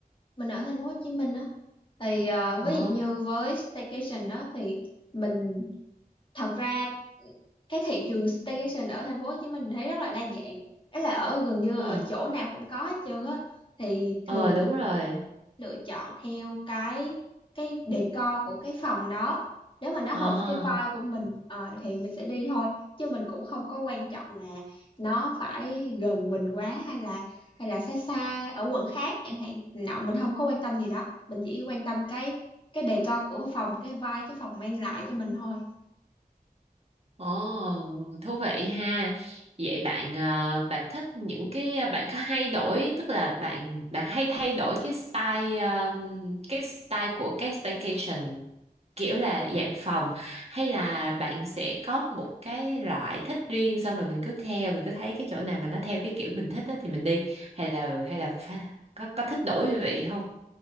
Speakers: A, on the left; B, on the right.
A: mình ở thành phố Hồ Chí Minh á thì ờ,
B: Ờ,
A: ví dụ như với staycation á thì mình thật ra cái thị trường staycation ở thành phố Hồ Chí Minh mình thấy rất là đa dạng ấy là ở gần như
B: ừ,
A: ở chỗ nào cũng có hết trơn á thì thường
B: ờ đúng
A: á,
B: rồi.
A: lựa chọn theo cái cái decor của cái phòng đó nếu mà nó
B: Ờ.
A: hợp cái vibe của mình ờ, thì mình sẽ đi thôi chứ mình cũng không có quan trọng là nó phải gần mình quá hay là hay là xa xa ở quận khác chẳng hạn nọ mình không có quan tâm gì đó mình chỉ quan tâm cái cái decor của phòng cái vibe cái phòng mang lại cho mình thôi
B: Ồ, thú vị ha. Vậy bạn ờ, bạn thích những cái ờ, bạn có hay đổi tức là bạn bạn hay thay đổi cái style ờ, cái style của cái staycation kiểu là dạng phòng hay là bạn sẽ có một cái loại thích riêng xong rồi mình cứ theo mình cứ thấy cái chỗ nào mà nó theo cái kiểu mình thích đó thì mình đi hay là hay là pha- có có thích đổi vị không?